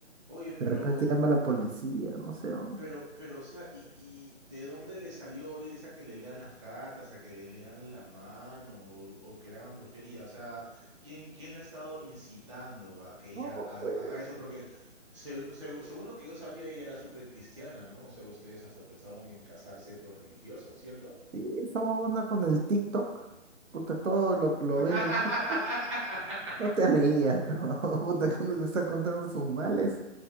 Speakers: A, on the right; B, on the right.
A: oye, pero,
B: De repente llama a la policía, no sé. o-
A: pero, pero, o sea, ¿y, y de dónde le salió irse a que le lean las cartas, a que le lean la mano o, o que le hagan brujería? O sea, ¿quién, quién le ha estado incitando a que ella
B: No,
A: haga, haga
B: eh,
A: eso? Porque se- se- según lo que yo sabía, ella era súper cristiana, ¿no? O sea, ustedes hasta pensaban en casarse por religioso, ¿cierto?
B: sí, esa onda con el TikTok. Puta, todo lo, lo
A: <laughs>
B: ve en el TikTok. <laughs> No te rías, pero <laughs> puta, cuando te está contando sus males.